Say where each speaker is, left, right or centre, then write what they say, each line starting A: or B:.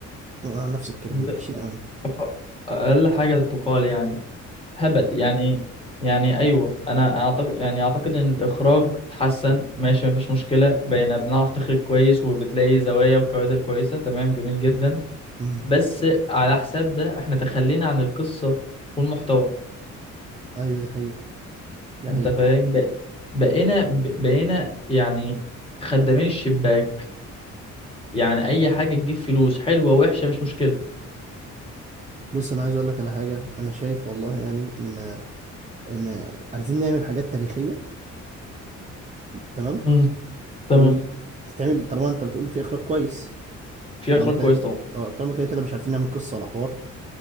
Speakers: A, on the right (about 25°); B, on the left (about 20°).
A: آه، نفس الكلام
B: زبالة.
A: ده وحشين قوي
B: أق- اقل حاجه تقال يعني هبل يعني يعني ايوه انا اعتقد يعني اعتقد ان الاخراج اتحسن ماشي مفيش مشكله بقينا بنعرف نخرج كويس وبتلاقي زوايا وكوادر كويسه تمام جميل جدا
A: امم
B: بس على حساب ده احنا تخلينا عن القصه والمحتوى
A: ايوه دي حقيقة دي
B: انت
A: حقيقة
B: فاهم بق- بقينا ب- بقينا يعني خدامين الشباك يعني اي حاجه تجيب فلوس حلوه وحشه مش مشكله
A: بص انا عايز اقول لك على حاجة انا شايف والله يعني ان ان عايزين نعمل حاجات تاريخية تمام
B: امم تمام
A: وتتعمل طالما انت بتقول في اخراج كويس
B: في
A: طالما
B: اخراج
A: كده
B: كويس
A: كده
B: طبعا
A: اه طالما كده كده مش عارفين نعمل قصة ولا حوار